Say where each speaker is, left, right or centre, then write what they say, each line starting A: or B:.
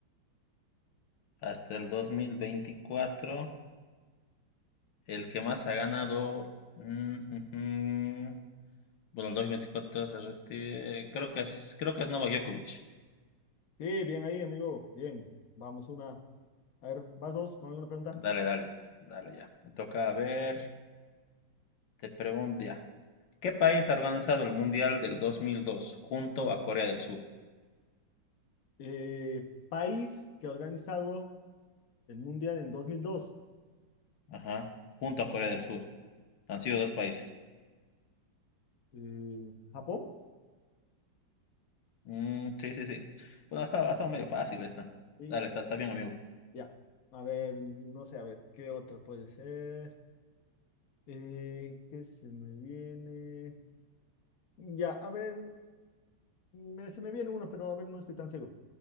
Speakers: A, on the left (about 75°); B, on the left (about 55°).
A: Hasta el 2024, el que más ha ganado. mm, <laughs> jujum. bueno, el 2024 se retira. Creo que es, creo que es Novak Djokovic.
B: Sí, bien ahí, amigo. Bien, vamos una. A ver, ¿vas vos con alguna pregunta?
A: Dale, dale, dale ya. Me toca a ver, te pregunto ya. ¿Qué país ha organizado el Mundial del 2002 junto a Corea del Sur?
B: Eh, país que ha organizado El mundial en 2002.
A: Ajá, junto a Corea del Sur. Han sido dos países.
B: eh, ¿Japón?
A: Mm, sí, sí, sí. Bueno, ha estado, ha estado medio fácil esta.
B: Sí.
A: Dale, está, está bien, amigo.
B: Ya. A ver, no sé, a ver, ¿qué otra puede ser? Eh, ¿qué se me viene? Ya, a ver, me- se me viene uno, pero a ver, no estoy tan seguro.